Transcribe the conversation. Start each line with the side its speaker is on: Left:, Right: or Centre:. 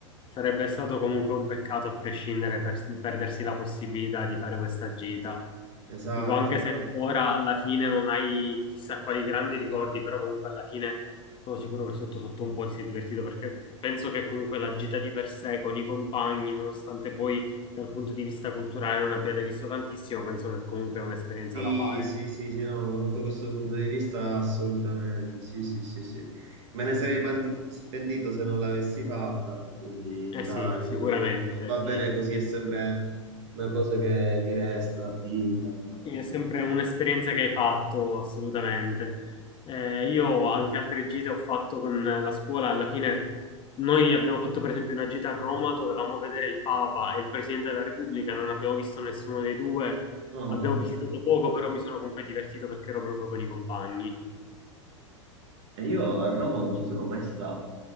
Left: sarebbe stato comunque un peccato a prescindere per- perdersi la possibilità di fare questa gita.
Right: Esatto,
Left: Dico, anche
Right: esatto.
Left: se ora alla fine non hai chissà quali grandi ricordi, però comunque alla fine sono sicuro che sotto sotto un po' ti sei divertito perché penso che comunque la gita di per sé con i compagni, nonostante poi dal punto di vista culturale non abbiate visto tantissimo, penso che comunque è un'esperienza
Right: Sì,
Left: da fare.
Right: sì, sì, sì, no, no, sotto questo punto di vista assolutamente, sì, sì, sì, sì. Me ne sarei pandi- pentito se non l'avessi fatta, quindi
Left: Eh
Right: dai,
Left: sì, sicuramente,
Right: eh, va
Left: sì.
Right: bene così, è sempre una cosa che mi resta a vita.
Left: Sì, È sempre
Right: Quindi,
Left: un'esperienza che hai fatto, assolutamente. Eh, io anche altre gite ho fatto con la scuola. Alla fine noi abbiamo fatto per esempio una gita a Roma, dovevamo vedere il Papa e il Presidente della Repubblica, non abbiamo visto nessuno dei due,
Right: no,
Left: abbiamo visitato poco, però mi sono comunque divertito perché ero proprio con i compagni.
Right: e io a Roma non ci sono mai stato.